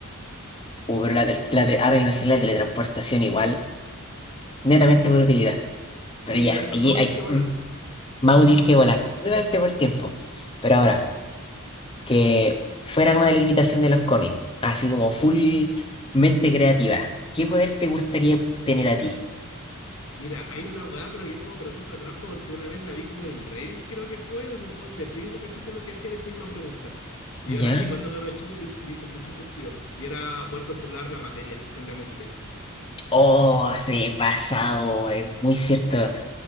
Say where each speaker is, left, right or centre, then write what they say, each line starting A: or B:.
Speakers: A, on the left; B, on the left.
A: Uh, pero la, tel- la, te- ahora ilusión la teletransportación igual, netamente
B: pues.
A: por utilidad.
B: Sí,
A: Pero ya,
B: es, es como
A: allí
B: más útil
A: hay
B: que volar.
A: mm, más útil que volar. Netamente por tiempo. Pero ahora. que fuera como de la limitación de los cómics, así como full mente creativa. ¿Qué poder te gustaría tener a ti?
B: Mira, hay una weá, pero que es como pregunta trampa, porque una vez la vi como en Reddit, creo que fue, o en un post de Facebook, así como que hacían esta misma pregunta. Que
A: ¿Ya?
B: yo la leí cuando cabro chico y me, me hizo mucho sentido. Y era poder controlar la materia con la mente.
A: Oh, sí, basado, es muy cierto.